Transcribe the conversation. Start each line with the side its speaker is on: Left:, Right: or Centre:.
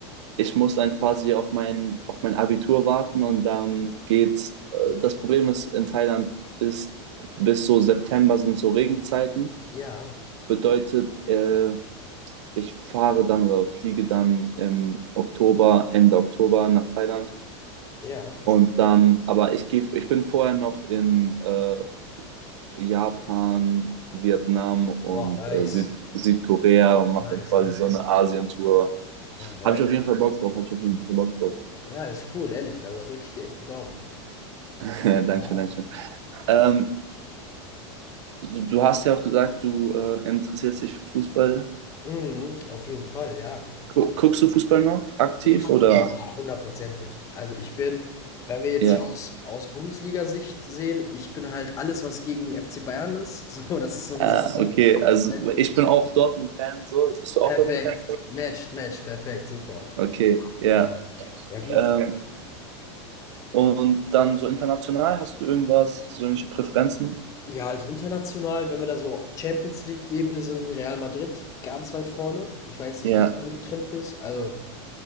Right: ich muss dann quasi auf mein, auf mein Abitur warten und dann geht's. Äh, das Problem ist, in Thailand ist bis so September sind so Regenzeiten.
Left: Ja,
Right: Bedeutet, äh, Ich fahre dann oder fliege dann im Oktober, Ende Oktober nach Thailand.
Left: ja.
Right: Und dann, aber ich gehe, ich bin vorher noch in äh, Japan, Vietnam und
Left: Boah, nice.
Right: äh, Süd, Südkorea und mache
Left: Nice,
Right: dann quasi
Left: nice.
Right: so eine Asientour.
Left: Ja, nice.
Right: Habe ich auf jeden Fall Bock drauf, habe ich auf jeden Fall Bock drauf.
Left: Ja, ist cool, ehrlich. Also, da drücke ich dir echt die Daumen.
Right: <laughs> Dankeschön,
Left: Ja.
Right: Dankeschön. Ähm, du, du hast ja auch gesagt, du äh, interessierst dich für Fußball.
Left: Mhm, auf jeden Fall, ja.
Right: Gu guckst du Fußball noch aktiv
Left: Ich
Right: oder?
Left: ja, hundertprozentig. Also, ich bin wenn wir jetzt
Right: Ja.
Left: hier aus aus Bundesliga Sicht sehen, ich bin halt alles, was gegen FC Bayern ist, <laughs> so, das ist so eine
Right: Ah,
Left: Sache
Right: okay, also
Left: wenn
Right: ich bin auch Dortmund-Fan, so. Bist du
Left: perfekt.
Right: auch Dortmund-Fan?
Left: Matcht, matcht, perfekt, super.
Right: Okay, ja.
Left: Ja. Ja gut.
Right: Ähm, und dann so international, hast du irgendwas, so irgendwelche Präferenzen?
Left: Ja, also international, wenn wir da so Champions League-Ebene sind, Real Madrid ganz weit vorne. Ich weiß nicht,
Right: Ja,
Left: wie du da getrimmt bist. Also